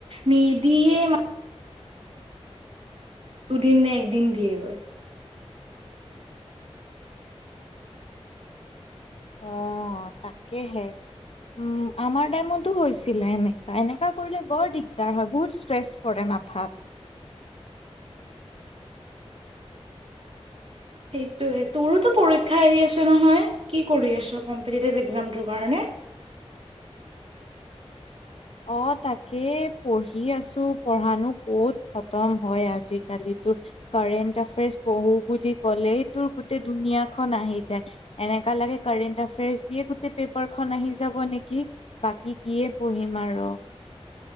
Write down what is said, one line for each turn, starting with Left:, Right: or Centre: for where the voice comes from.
Right: নিদিয়ে মানে। দুদিন নে একদিন দিয়ে গৈ।
Left: অ তাকেহে। উম আমাৰ টাইমতো হৈছিলে এনেকা এনেকা কৰিলে বৰ দিগদাৰ হয় বহুত ষ্ট্ৰেছ। পৰে মাথাত।
Right: সেইটোৱে হে তোৰোতো পৰীক্ষা এৰি আছে নহয়? কি কৰি আছ? কম্পিটিটিভ এক্জামটোৰ কাৰণে।
Left: অ তাকেই পঢ়ি আছো পঢ়ানো ক'ত খতম হয় আজিকালি তোৰ। কাৰেণ্ট এফেয়াৰছ পঢ়ো বুলি ক'লেই তোৰ গোতেই দুুনীয়াখনন আহি যায়। এনেকা লাগে কাৰেণ্ট এফেয়াৰ্চ দিয়ে গোটেই পেপাৰখন আহি যাব নেকি? বাকী কিয়ে পঢ়িম আৰু।